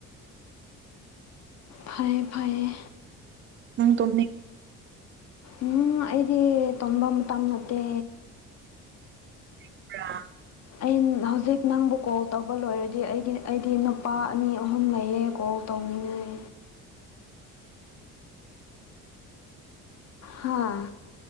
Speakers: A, on the left; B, on the right.
A: ꯐꯥꯏꯌꯦ ꯐꯩꯌꯦ
B: ꯅꯪ ꯇꯣꯝꯅꯤꯡ
A: ꯎꯝ ꯑꯩꯗꯤ ꯇꯣꯝꯕ ꯃꯇꯝ ꯅꯠꯇꯦ
B: <unintelligible> ꯄ꯭ꯔꯥ
A: ꯑꯩꯟ ꯍꯧꯖꯤꯛ ꯅꯪꯕꯨ ꯀꯣꯜ ꯇꯧꯕ ꯂꯣꯏꯔꯗꯤ ꯑꯩꯒꯤ ꯑꯩꯗꯤ ꯅꯨꯄꯥ ꯑꯅꯤ ꯑꯍꯨꯝ ꯂꯩꯌꯦꯀꯣꯜ ꯇꯧꯅꯤꯡꯉꯥꯏ ꯍꯥꯥ